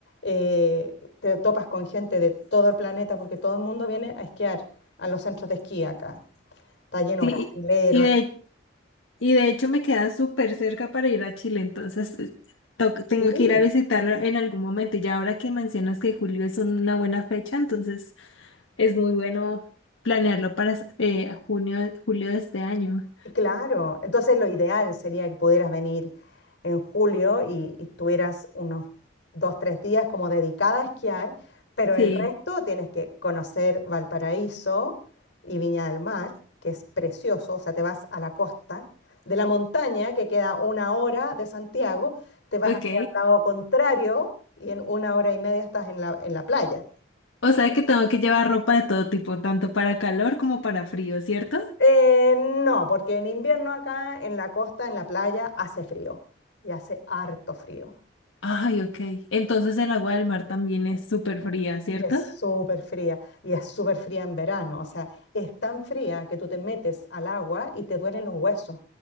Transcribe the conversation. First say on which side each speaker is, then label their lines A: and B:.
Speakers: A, on the left; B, on the left.
A: eh, te topas con gente de todo el planeta porque todo el mundo viene a esquiar a los centros de esquí acá. Está lleno
B: Sí,
A: brasilero.
B: y, y de Y de hecho me queda súper cerca para ir a Chile, entonces eh, to- tengo
A: Sí.
B: que ir a visitarlo en algún momento. Y ya ahora que mencionas que julio es una buena fecha, entonces es muy bueno planearlo para s- eh, junio, julio de este año.
A: Claro, entonces lo ideal sería que pudieras venir en julio y, y tuvieras unos dos, tres días como dedicada a esquiar, pero
B: Sí,
A: el resto tienes que conocer Valparaíso y Viña del Mar, que es precioso, o sea, te vas a la costa de la montaña, que queda una hora de Santiago, te vas
B: ok.
A: hacia el lado contrario y en una hora y media estás en la, en la playa.
B: O sea que tengo que llevar ropa de todo tipo, tanto para calor como para frío, ¿cierto?
A: Eh, no, porque en invierno acá en la costa, en la playa, hace frío y hace harto frío.
B: Ay, ok. Entonces el agua del mar también es súper fría, ¿cierto?
A: Es súper fría y es súper fría en verano. O sea, es tan fría que tú te metes al agua y te duelen los huesos